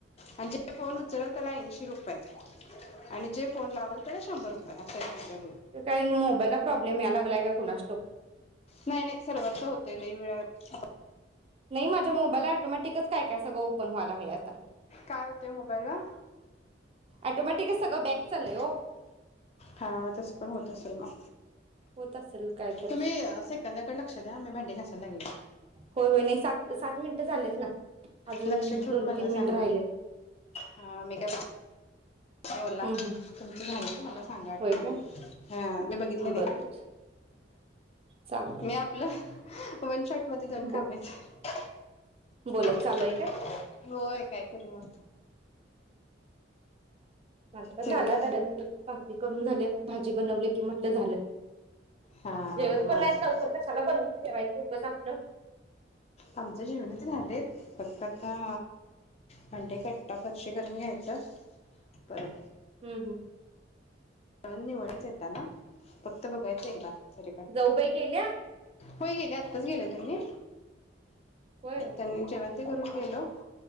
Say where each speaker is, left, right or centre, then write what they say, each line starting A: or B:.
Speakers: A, on the left; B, on the right.
A: आणि जे फोन उचलल त्याला ऐंशी रुपये.... <inaudible> आणि जे फोन लावाल त्याला शंभर रुपये. <inaudible>
B: काय मोबाईलला प्रॉब्लेम यायला लागलाय का कुणास ठाऊक?
A: नाही नाही सर्वच होतय लई वेळ <inaudible>
B: नाही माझ्या मोबाईला ऑटोमॅटिकच....... काय काय सगळ ओपन व्हायला लागलं आता......
A: काय होतय मोबाईलला
B: ऑटोमॅटिकच सगळं बॅक चाललंय
A: <inaudible>
B: ओ.
A: हाय तस पण होत असेल मग
B: होत असेल काय तर
A: तुम्ही सेकंदाकडे लक्ष द्या मी भांडे घास..... <inaudible>
B: होय होय नाही सात सात मिनिटं झालेत ना... अजून
A: लक्ष ठेवून
B: दोन
A: मला
B: तीन मिनिटं
A: सांगा
B: राहिलेत.
A: ह मी का.... ओला
B: हम्म हम्म
A: तुमचं झालं???? मला.... सांगाट
B: होय
A: <inaudible>
B: का
A: हा मी बघितले नाही.....
B: बरं बर चालते
A: मी आपलं..... वन शॉट मध्ये दोन
B: ब
A: कामयत
B: बोलत
A: <inaudible>
B: चालू आहे का?
A: होय काय करू मग
B: माझ पण
A: सगळं
B: झाला <inaudible> भाकरी करून झाल्या भाज...... भाजी बनवलं की म्हटल झालं.
A: हा
B: जेवत
A: माझं
B: पण नाहीत लवकर कशाला बनुन ठेवायच उगंच आपलं...
A: आमच्या जेणाच झालेत फक्त आता भांडे कट्टा फरशी करून घ्यायच परत
B: हूं हूं
A: निवडाच येता ना फक्त बघायचं एकदा तरी पण
B: जाऊबाई गेल्या
A: होय गेल्या आत्ताच गेल्या त्यांनी
B: होय
A: त्यांनी जेवण ते करून गेलो.
B: एक